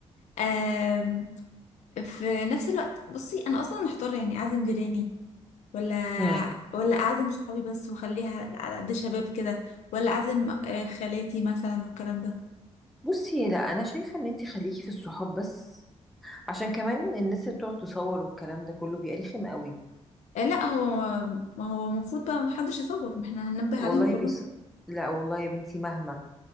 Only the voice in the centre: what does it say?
امم
بصي لا انا شايفة ان انتي خليكي في الصحاب بس عشان كمان الناس اللي بتقعد تصور والكلام ده كله بيبقى رخم قوي
والله
بيص لا والله يا بنتي مهما